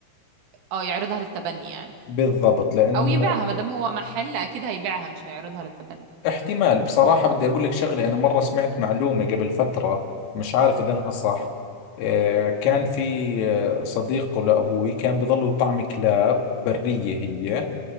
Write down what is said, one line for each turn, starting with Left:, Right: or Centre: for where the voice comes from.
Right: اه يعرضها للتبني يعني
Left: بالضبط لانه
Right: او يبيعها ما دام هو محل اكيد هيبيعها مش هيعرضها للتبني
Left: احتمال بصراحة بدي اقول لك شغلة انا مرة سمعت معلومة قبل فترة مش عارف اذا انها صح آه، كان في آه، صديق لابوي كان بيضلوا يطعم كلاب برية هي